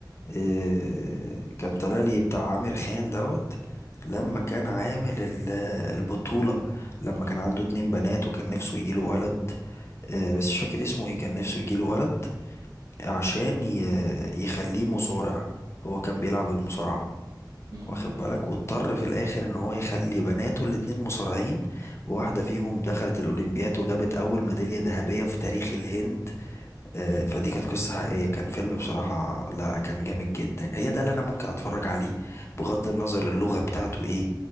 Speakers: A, on the left; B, on the right.
A: إيه كان طالع لي بتاع عامر خان دوت لما
B: مم.
A: كان عامل ال- البطوله لما كان عنده اتنين بنات وكان نفسه يجيله ولد إيه بس مش فاكر اسمه ايه كان نفسه يجيله ولد عشان ي- يخليه مصارع هو كان بيلعب المصارعه
B: مم.
A: واخد بالك واضطر في الاخر ان هو يخلي بناته الاتنين مصارعين وواحده فيهم دخلت الاولمبياد وجابت اول ميداليه ذهبيه في تاريخ الهند آه،
B: مم.
A: فدي كانت قصه حقيقيه كان فيلم بصراحه لا كان جامد جدا هي ده اللي انا ممكن اتفرج عليه بغض النظر اللغه بتاعته ايه